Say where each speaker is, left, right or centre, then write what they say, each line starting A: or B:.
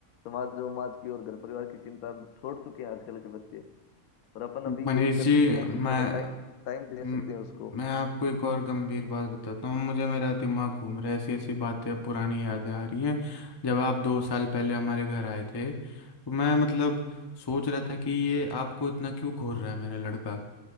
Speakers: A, on the left; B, on the left.
A: समाज उमाज की और घर परिवार की चिंता छोड़ चुके हैं आजकल के बच्चे और अपन अभी
B: मनीष
A: यही कर
B: जी
A: सकते हैं
B: मैं
A: कि थोड़ा टाइम टाइम दे
B: म-
A: सकते हैं उसको
B: मैं आपको एक और गंभीर बात बताता हूँ मुझे मेरा दिमाग घूम रहा है ऐसी ऐसी बातें अब पुरानी यादें आ रही हैं जब आप दो साल पहले हमारे घर आए थे तो मैं मतलब सोच रहा था कि ये आपको इतना क्यों घूर रहा है मेरा लड़का